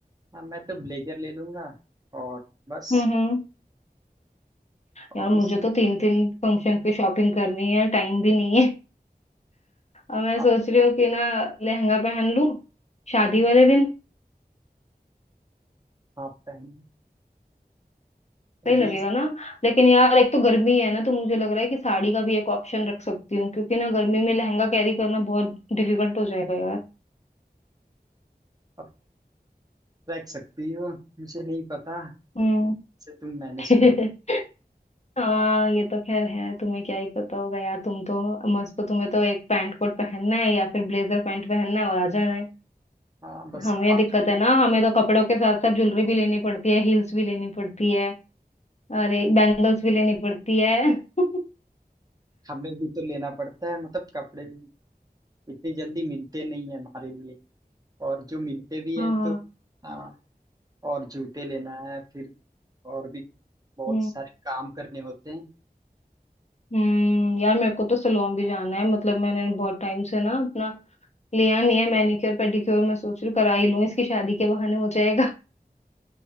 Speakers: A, on the right; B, on the left.
A: हाँ मैं तो ब्लेजर ले लूंगा और बस
B: हम्म हम्म
A: और
B: यार मुझे
A: इस
B: तो तीन तीन फंक्शन की शॉपिंग करनी है टाइम भी नहीं है और मैं
A: आप
B: सोच रही हूँ कि ना लहंगा पहन लूं शादी वाले दिन
A: आप पहन मुझे
B: सही लगेगा
A: इस
B: ना लेकिन यार एक तो गर्मी है ना तो मुझे लग रहा है कि साड़ी का भी एक ऑप्शन रख सकती हूँ क्योंकि ना गर्मी में लहंगा कैरी करना बहुत डिफिकल्ट हो जाएगा यार
A: आप रख सकती हो मुझे नहीं पता
B: हम्म
A: से तुम मैनेज
B: <laughs>
A: करो
B: हाँ ये तो खैर है तुम्हें क्या ही पता होगा यार तुम तो मस्त हो तुम्हें तो एक पैंट कोट पहनना है या फिर ब्लेजर पैंट पहनना है और आ जाना है
A: हाँ बस
B: हमें
A: पाँच
B: दिक्कत है ना हमें तो कपड़ों के साथ साथ ज्वेलरी भी लेनी पड़ती है हील्स भी लेनी पड़ती है अरे बैंगल्स भी लेनी पड़ती है <laughs>
A: हमें भी तो लेना पड़ता है मतलब कपड़े भी इतनी जल्दी मिलते नहीं है हमारे लिए और जो मिलते भी हैं
B: हाँ
A: तो हाँ और जूते लेना है फिर और भी बहुत
B: हम्म।
A: सारे काम करने होते हैं
B: हम्म यार मेरे को तो सलोन भी जाना है मतलब मैंने बहुत टाइम से ना अपना लिया नहीं है मैनिक्योर पेडिक्योर मैं सोच रही हूँ करा ही लूँ इसकी शादी के बहाने हो जाएगा